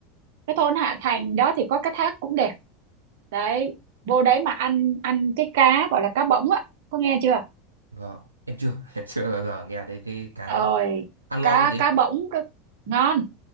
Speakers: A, on the right; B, on the right.
A: cái thôn Hạ Thành đó thì có cái thác cũng đẹp đấy vô đấy mà ăn ăn cái cá gọi là cá bỗng á có nghe chưa
B: vâng em chưa <laughs> chưa bao giờ nghe thấy cái cá
A: ơi
B: đấy ăn ngon
A: cá
B: không chị
A: cá bỗng cá- ngon